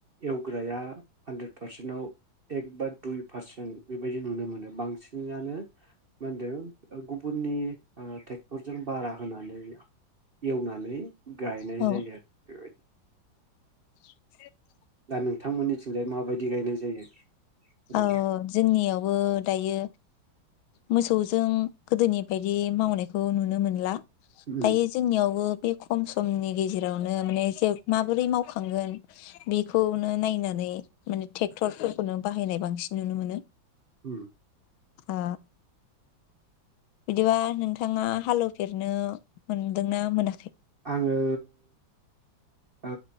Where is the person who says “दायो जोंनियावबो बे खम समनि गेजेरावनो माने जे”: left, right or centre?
Left